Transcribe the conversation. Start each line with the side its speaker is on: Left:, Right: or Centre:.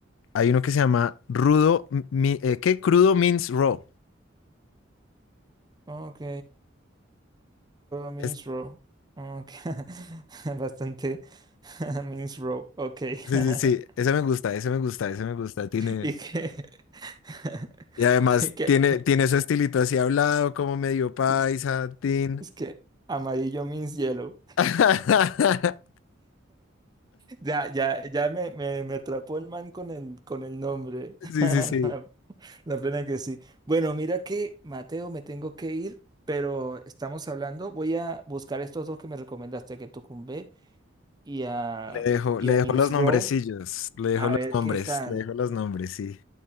Left: Hay uno que se llama Rudo, M- Mi- eh, ¿qué? Crudo Means Raw.
Right: Ok, means
Left: Es-
Right: Row. Ok. <laughs> Bastante. <laughs> Means Row. Ok.
Left: sí,
Right: <laughs>
Left: sí, sí, ese me gusta, ese me gusta, ese me gusta. Tiene,
Right: Y que. <laughs>
Left: y además
Right: y que-
Left: tiene, tiene su estilito así hablado, como medio paisa,
Right: Es,
Left: tin.
Right: es que amarillo means yellow.
Left: <laughs>
Right: Ya, ya, ya me, me, me atrapó el man con el, con el nombre.
Left: Sí,
Right: <laughs>
Left: sí, sí.
Right: La plena que sí. Bueno, mira que Mateo, me tengo que ir, pero estamos hablando. Voy a buscar estos dos que me recomendaste, que Tucumbe y a,
Left: Le dejo,
Right: y
Left: le
Right: a
Left: dejo
Right: Mince
Left: los nombrecillos,
Right: Row
Left: le dejo
Right: a
Left: los
Right: ver
Left: nombres,
Right: qué tal.
Left: le dejo los nombres, sí.